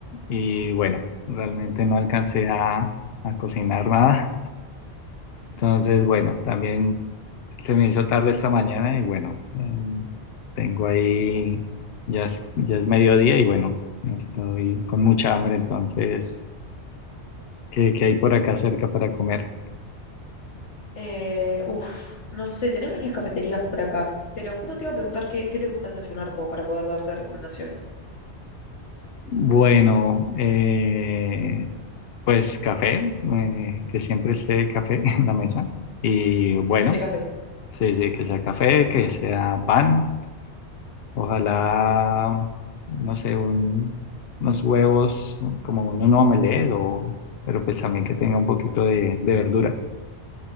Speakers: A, on the left (about 65°); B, on the left (about 85°).
A: y bueno, realmente no alcancé a, a cocinar nada. Entonces, bueno, también se me hizo tarde esta mañana y bueno, mm, tengo ahí, ya es, ya es mediodía y bueno, estoy con mucha hambre, entonces, ¿qué, qué hay por acá cerca para comer?
B: Eh, uf, no sé, tenés varias cafeterías por acá, pero justo te iba a preguntar qué, qué te gusta desayunar como para poder darte recomendaciones.
A: Bueno, eh, Pues café, eh, que siempre esté café <laughs> en la mesa. Y bueno,
B: Siempre este café.
A: sí sí que sea café, que sea pan, ojalá, no sé, un- unos huevos, como un, un omelette, o, pero pues también que tenga un poquito de, de verdura.